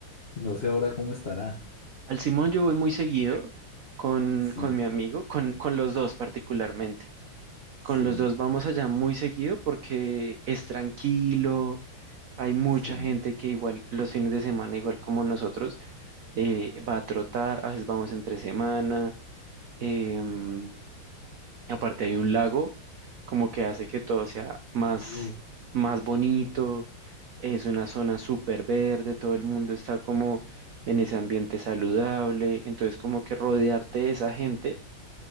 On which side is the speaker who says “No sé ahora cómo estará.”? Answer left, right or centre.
Left